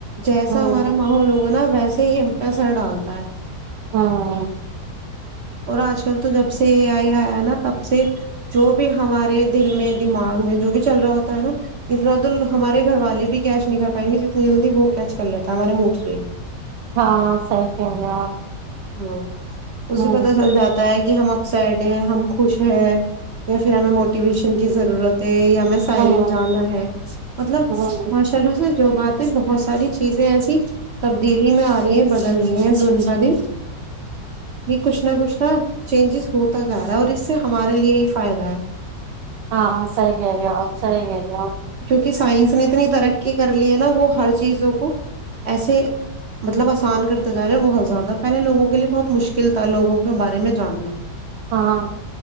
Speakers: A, on the right; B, on the right.
A: جیسا
B: ہاں
A: ہمارا ماحول ہوگاا نا ویسے ہی ہم پیسہ ڈالتا ہے
B: ہاں
A: اور آج کل تو جب سے یہ آئی آیا نا تب سے جو بھی ہمارے دل میں دماغ میں جو بھی چل رہا ہوتا ہے نا اتنا تو ہمارے گھر والے بھی کیش نہیں کر پائیں گے جتنی جلدی وہ کیچ کر لیتا ہمارے موڈس
B: ہاں سحی کہ رہے آپ
A: ہاں اسے
B: ہوں
A: پتا چل جاتا ہے کہ کہ ہم اپ سڈ ہیں ہم خوش ہے یا پھر ہمیں موٹیویشن کی ضرورت ہے یا سائلینٹ
B: ہوں
A: جانا ہے مطلب
B: ہوں ہوں
A: ماشاء اللہ سے جو بات بہت ساری چیزیں ایسی تبدیلی میں آ رہی ہیں بدل رہی ہیں دن ب دن یہ کچھ نہ کچھ ہاں چینجز ہوتا جا رہا ہے اور اس اس سے ہمارے لیے ہی فائدہ ہے
B: ہاں سح گ رہ سی گری
A: کہ سائنس نے اتنی ترقی کر لی ہے نا وہ ہر چیزوں کو ایسے مطلب آسان کرتے جا رہے ہیں بہت زیادہ پہلے لوگوں کے لیے بہت مشکل تھا لوگوں کے بارے میں جاننا
B: ہاں